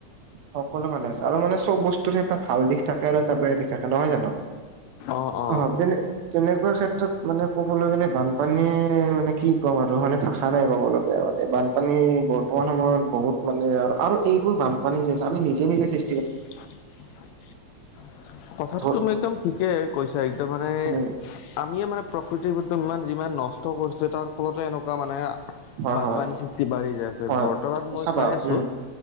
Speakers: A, on the right; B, on the left.
A: সকলো ফালে আছে। আৰু মানে চব বস্তুৰে এটা ভাল দিশ থাকে আৰু এটা বেয়া দিশ থাক কে নহয় জানো।
B: অ অ
A: অঁ তেনে তেনেকুৱা ক্ষেত্ৰত মানে ক'বলৈ গ'লে বানপানীয়ে মানে কি ক'ম আৰু মানে ভাষা নাই ক'বলগীয়া মানে। বানপানী বৰ্তমান সময়ত বহুত মানে আৰ আৰু এইবোৰ বানপানী যে আমি নিজে-নিজে সৃ
B: <unintelligible> কথাটো
A: ধৰ
B: তুমি একদম ঠিকেই কৈছা একদম মানে
A: উম
B: আমিয়ে মানে প্ৰকৃতিৰ বস্তু ইমান যিমান নষ্ট কৰিছো তাৰ ফলতে এনেকুৱা মানে
A: হয়
B: বানপানী
A: হয়
B: সৃষ্টি বাঢ়ি যায় আছে।
A: হয়
B: বৰ্তমান মই
A: চাবা
B: চাই আছোঁ
A: উম